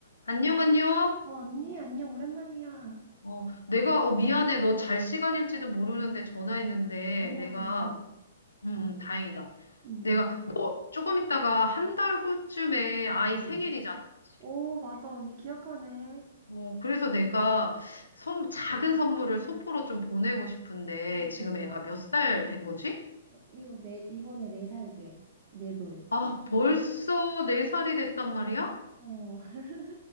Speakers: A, on the left (about 80°); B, on the right (about 40°).
A: 안녕, 안녕.
B: 어, 언니, 안녕, 오랜만이야.
A: 어, 내가, 어, 미안해. 너 잘 시간일지도 모르는데 전화했는데,
B: 아니야,
A: 내가,
B: 괜찮아.
A: 음, 음, 다행이다.
B: 응,
A: 내가, 너 조금 있다가 한 달 후쯤에 아이
B: 응.
A: 생일이잖아. 그치?
B: 오, 맞아, 언니, 기억하네.
A: 어, 그래서 내가 선, 작은 선물을 소포로 좀 보내고 싶은데,
B: 아, 진짜?
A: 지금 애가 몇 살 된 거지?
B: 어, 이거 내, 이번에 네 살 돼. 네 돌.
A: 아, 벌써 네살이 됐단 말이야?
B: 어, <laughs>